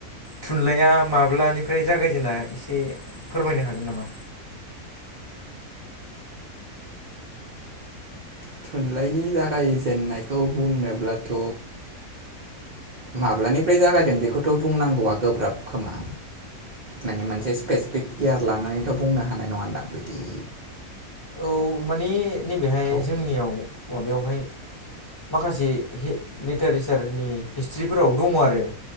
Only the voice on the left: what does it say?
थुनलाइया माब्लानिफ्राय जागायजेना एसे फोरमायनो हागोन नामा?
औ मानिे नैबेहाय
जोंनियाव माबायावहाय माखासे हे लिटारेसारनि हिस्ट्रिफोराव दङ आरो